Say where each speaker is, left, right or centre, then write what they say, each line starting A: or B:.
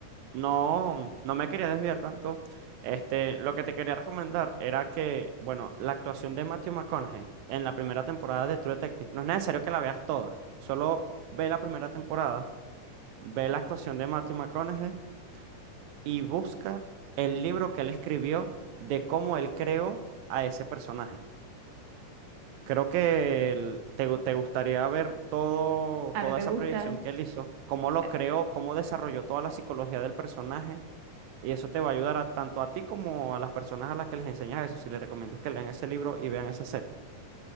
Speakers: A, on the right (about 85°); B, on the right (about 65°).
A: no, no me quería desviar tanto. Este, lo que te quería recomendar era que, bueno, la actuación de Matthew McConaughey en la primera temporada de True Detective, no es necesario que la veas toda, solo ve la primera temporada, ve la actuación de Matthew McConaughey y busca el libro que él escribió de cómo él creó a ese personaje. Creo que el- te, gu- te gustaría ver todo,
B: A
A: toda
B: mí me
A: esa
B: gusta,
A: proyección que él hizo, cómo lo
B: a-
A: creó, cómo desarrolló toda la psicología del personaje. Y eso te va a ayudar a- tanto a ti como a las personas a las que les enseñas eso, si les recomiendas que lean ese libro y vean esa serie.